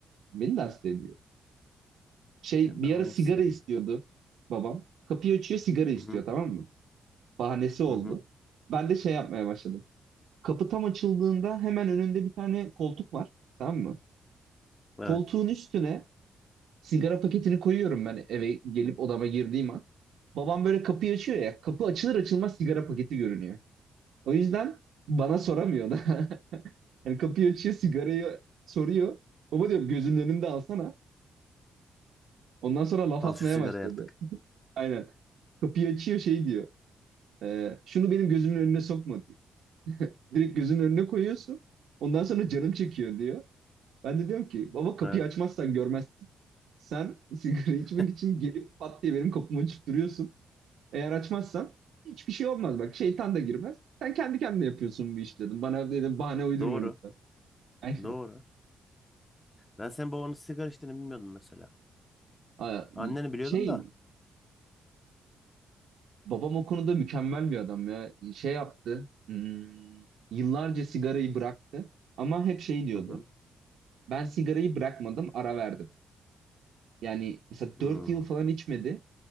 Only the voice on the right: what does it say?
Beni de hasta ediyor. Şey
bir
ara sigara
istiyordu babam. Kapıyı açıyor sigara istiyor
tamam mı? Bahanesi oldu.
Ben de şey yapmaya başladım. Kapı tam açıldığında hemen önünde bir tane koltuk var. Tamam mı?
Koltuğun üstüne sigara paketini koyuyorum ben eve gelip odama girdiğim an. Babam böyle kapıyı açıyor ya. Kapı açılır açılmaz sigara paketi görünüyor. O yüzden bana soramıyor da. <laughs> Yani kapıyı açıyor, sigarayı soruyor. Baba diyor gözünün önünde alsana. Ondan sonra laf
atmaya
başladı.
<laughs> Aynen. Kapıyı açıyor şey diyor. "Ee, şunu benim gözümün önüne sokma diyor. Direkt gözünün önüne koyuyorsun. Ondan sonra canım çekiyor diyor. Ben de diyorum ki baba kapıyı
açmazsan görmezsin. Sen <laughs> sigara
içmek için gelip pat diye benim kapıma açıp duruyorsun. Eğer açmazsan hiçbir şey olmaz. Bak şeytan da girmez. Sen kendi kendine yapıyorsun bu işi dedim. Bana dedim bahane uydurma
lütfen. <laughs> Aynen.
Aa,
Şey
Babam o konuda mükemmel bir adam ya. Şey yaptı. hmm, yıllarca sigarayı bıraktı ama hep şey diyordu.
Ben sigarayı bırakmadım, ara verdim. Yani mesela
4 yıl falan içmedi